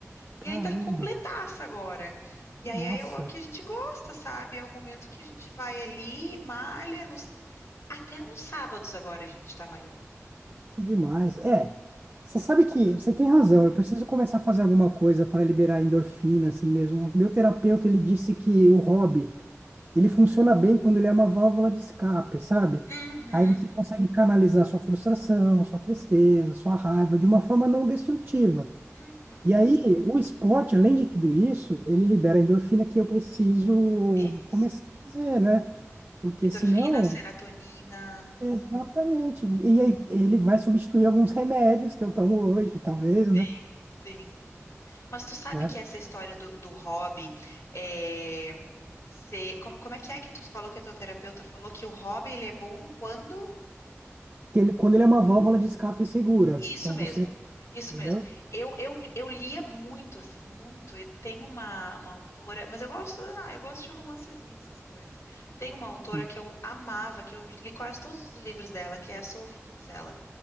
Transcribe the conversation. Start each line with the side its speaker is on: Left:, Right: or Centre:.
Left: E
Right: Caramba,
Left: aí tá completaça agora. E
Right: nossa.
Left: aí é o é o que a gente gosta, sabe? É o momento que a gente vai ali, malha, nos... até nos sábados agora a gente tá malhando.
Right: Que demais. É, você sabe que você tem razão. Eu preciso começar a fazer alguma coisa para liberar endorfina, assim mesmo. O Meu terapeuta, ele disse que o hobby, ele funciona bem quando ele é uma válvula de escape, sabe?
Left: Uhum,
Right: Aí você consegue canalizar sua frustração, sua tristeza, sua raiva de uma forma não destrutiva.
Left: uhum.
Right: E aí, o esporte, além de tudo isso, ele libera a endorfina que eu preciso
Left: Isso.
Right: começar a fazer, né? Porque
Left: Endorfina,
Right: senão
Left: serotonina.
Right: Exatamente. E aí ele vai substituir alguns remédios que eu tomo hoje, talvez, né?
Left: Sim, sim. Mas tu sabe
Right: Né?
Left: que essa história do, do hobby é... ser- co- Como é que é que tu falou que a tua terapeuta falou que o hobby ele é bom quando?
Right: Que ele, quando ele é uma válvula de escape segura.
Left: Isso
Right: Então
Left: mesmo,
Right: você,
Left: isso
Right: entendeu?
Left: mesmo. Eu, eu, eu lia muito, assim, muito. E Tem uma, uma autora, mas eu gosto, ah, eu gosto de romancezinho, essas coisas. Tem uma autora
Right: Hum,
Left: que eu amava, que eu li quase todos os livros dela, que é a Sophie Kinsella.